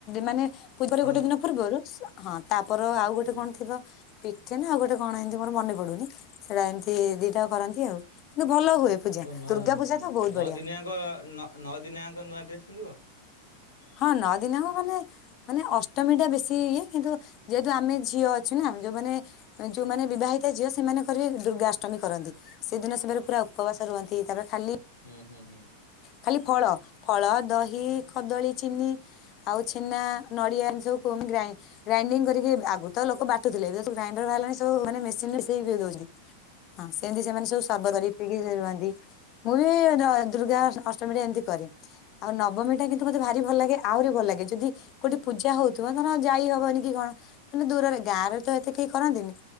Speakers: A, on the left; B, on the left.
A: ମାନେ ପୂର୍ବରେ
B: କଣ
A: ଗୋଟେ ଦିନ ପୂର୍ବରୁ ହଁ ତା। ପର ଆଉ ଗୋଟେ
B: ହୁଁ
A: କଣ ଥିବ। ପିଠେ ନା ଆଉ ଗୋଟେ କଣ ଏମିତି ମୋର ମନେ ପଡୁନି, ସେଟା ଏମିତି ଦିଟା କରନ୍ତି, ଆଉ କିନ୍ତୁ ଭଲ ହୁଏ ପୂଜା
B: ନଅ
A: ଦୁର୍ଗା ପୂଜା ତ ବହୁତ ବଢିଆ
B: ଦିନିଆଙ୍କ ନଅ ଦିନିଆଙ୍କ ନୂଆ ଡ୍ରେସ୍ ପିନ୍ଧିବ।
A: ହଁ ନଅ ଦିନଙ୍କ ମାନେ ମାନେ ଅଷ୍ଟମୀ ଟା ବେଶୀ ଇଏ କିନ୍ତୁ ଯେହେତୁ ଆମେ ଝିଅ ଅଛୁ ନା, ଯୋଉମାନେ ଯୋଉମାନେ ବିବାହିତା ଝିଅ ସେମାନେ ଦୁର୍ଗାଷ୍ଟମୀ କରନ୍ତି, ସେ ଦିନ ସେ ପୁରା ଉପବାସ ରୁହନ୍ତି, ତାପରେ ଖାଲି
B: ହୁଁ ହୁଁ।
A: ଖାଲି ଫଳ ଫଳ ଦହି କଦଳୀ ଚିନି ଆଉ ଛେନା ନଡିଆ ଏ ସବୁ କ ଗ୍ରାଇ ଗ୍ରାଇଡିଙ୍ଗି କରିକି ଆ ତ ଲୋକ ବାଟୁଥିଲେ ଏବେ ତୁ ଗାଇଣ୍ଡର ବାହାରିଲଣି ସବୁାନେ ମେସିନ ରେ ସେ ବିି ଦଉଛନ୍ତି। ତ ସେମିତି ସେମାନେ ସବୁ ସର୍ବ କରିପିକି ସେ ରୁହନ୍ତି, ମୁଁ ବି ଦୁର୍ଗା ଅଷ୍ଟମୀ ରେ ଏମିତି କରେ। ଆଉ ନବମୀ ଟା କିନ୍ତୁ ମୋତେ ଭାରି ଭଲ ଲାଗେ, ଆହୁରି ଭଲ ଲାଗେ ଯଦି କୋଉଠି ପୂଜା ହଉଥିବ, ଧର ଯାଇ ହବନି କି କଣ, ମାନେ ଦୂରରେ, ଗାଁ ରେ ତ ଏତେ କେହି କରନ୍ତିନି।